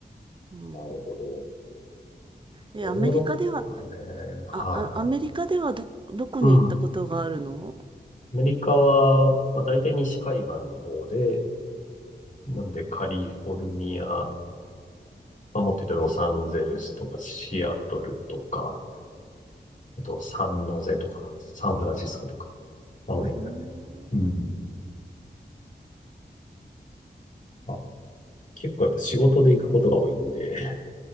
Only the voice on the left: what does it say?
なるほど。
ヨーロッパね。
はい。
うん。アメリカは、まあ、大体西海岸の方で、なんでカリフォルニア、まあ、もっと言うとロサンゼルスとかシアトルとか、あとサンノゼとか、サンフランシスコとか、あの辺だね。
うんあ結構やっぱ仕事で行くことが多いんで、